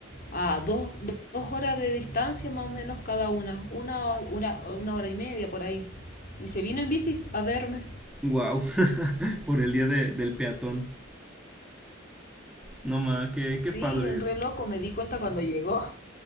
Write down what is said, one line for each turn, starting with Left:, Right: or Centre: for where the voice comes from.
Left: a dos, dos horas de distancia más o menos cada una, una, una, una hora y media por ahí. Y se vino en bici a verme.
Centre: Wow, <laughs> por el día de- del peatón. No más, qué, qué
Left: Sí,
Centre: padre.
Left: el reloj me di cuenta cuando llegó.